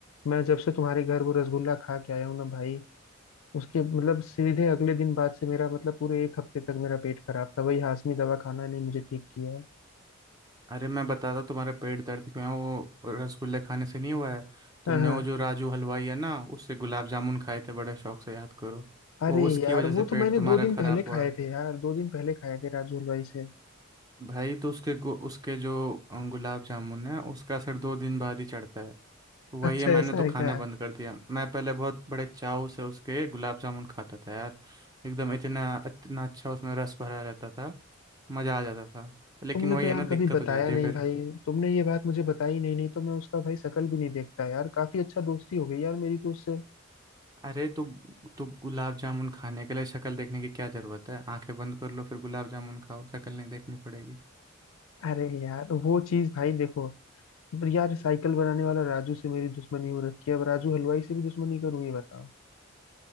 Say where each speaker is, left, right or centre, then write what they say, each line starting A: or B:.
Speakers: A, on the left; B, on the right.
A: मैं जब से तुम्हारे घर वो रसगुल्ला खा के आया हूँ ना भाई उसके मतलब सीधे अगले दिन बाद से मेरा मतलब पूरे एक हफ्ते तक मेरा पेट खराब था भाई हाशमी दवा खाना ने मुझे ठीक किया है
B: अरे मैं बताता तुम्हारे पेट दर्द क्यों है वो रसगुल्ले खाने से नहीं हुआ है तुमने
A: हाँ हाँ
B: वो जो राजू हलवाई है ना उससे गुलाब जामुन खाए थे बड़े शौक से याद करो
A: अरे
B: वो उसकी
A: यार
B: वजह से
A: वो
B: पेट
A: तो मैंने
B: तुम्हारा
A: दो दिन
B: खराब
A: पहले
B: हुआ
A: खाए
B: है
A: थे यार दो दिन पहले खाए थे राजू हलवाई से
B: भाई तो उसके गु- उसके जो अ, गुलाब जामुन है उसका असर दो दिन बाद ही चढ़ता है तो वही
A: अच्छा
B: है मैंने
A: ऐसा
B: तो
A: है
B: खाना
A: क्या
B: बंद कर दिया मैं पहले बहुत बड़े चाव से उसके गुलाब जामुन खाता था यार एकदम इतना इतना अच्छा उसमें रस भरा रहता था मज़ा आ जाता था लेकिन
A: तुमने
B: वही
A: तो यार
B: है ना दिक्कत
A: कभी बताया
B: हो जाती
A: नहीं
B: है फिर
A: भाई तुमने ये बात मुझे बताई नहीं नहीं तो मैं उसका भाई शकल भी नहीं देखता यार काफी अच्छा दोस्ती हो गई यार मेरी तो उससे
B: अरे तो तो गुलाब जामुन खाने के लिए शक्ल देखने की क्या जरूरत है आंखें बंद कर लो फिर गुलाब जामुन खाओ शक्ल नहीं देखनी पड़ेगी
A: अरे यार वो चीज भाई देखो यार साइकिल बनाने वाला राजू से मेरी दुश्मनी हो रखी है अब राजू हलवाई से भी दुश्मनी करूँ ये बताओ